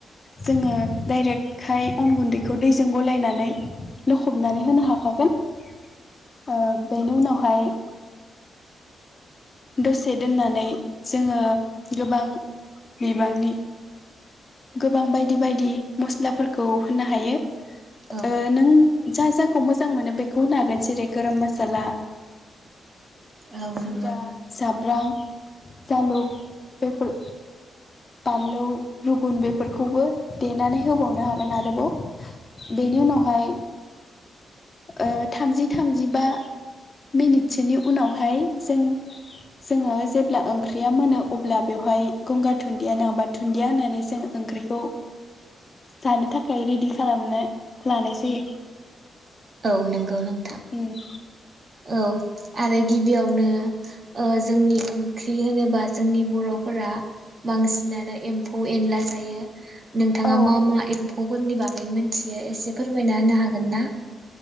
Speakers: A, on the left; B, on the right.
A: जोङो डाइरेक्टहाय अन गुन्दैखौ दैजों गलायनानै ल'खबनानै होनो हाखागोन ओ बेनि उनावहाय दसे दोननानै जोङो गोबां बिबांनि गोबां बायदि बायदि मस्लाफोरखौ होनो हायो
B: औ
A: ओ नों जा जा खौ मोजां मोनो बेखौ होनो हागोन जेरै गोरोम मोसाला
B: औ
A: जिरा
B: नंगौ
A: <inaudible> रां जालुक बेफोर बानलौ। रुगुन बेफोरखौबो देनानै होबावनो हागोन आरोबाव बेनि उनावहाय ओ थामजि थामजिबा मिनिटसोनि उनावहाय जों जोङो जेब्ला ओंख्रिया मोनो अब्ला बेवहाय गंगार दुनुन्दिया नाङबा दुन्दिया होननानै जों ओंख्रिखौ जानो थाखाय रेडि खालामनो लानाय जायो।
B: औ नंगौ नोंथां
A: उम
B: औ। आरो गिबियावनो ओ जोंनि ओंख्रि होनोबा जोंनि बर'फोरा बांसिनानो एम्फौ एनला जायो। नोंथाङा
A: औ
B: मा मा एम्फौ फैव फोरनि बागै मिथियो एसे फोरमायना होनो हागोन ना।